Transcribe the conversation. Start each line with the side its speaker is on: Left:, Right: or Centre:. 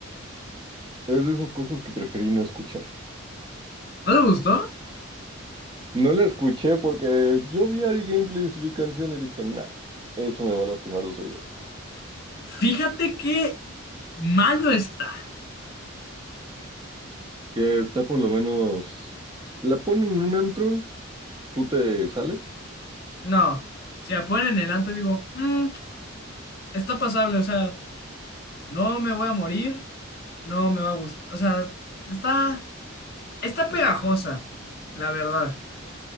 Right: Es de esas cosas que preferí no escuchar.
Left: ¿No te gustó?
Right: No la escuché porque yo vi Ari Gameplays y vi canción y dije, nah, eso me va a lastimar los oídos.
Left: Fíjate que mal no está.
Right: Que está por lo menos... La ponen en un antro, tú te sales.
Left: No, si la ponen en el anto, digo, "Mm, está pasable, o sea, no me voy a morir, no me va a gustar, o sea, está, está pegajosa, la verdad.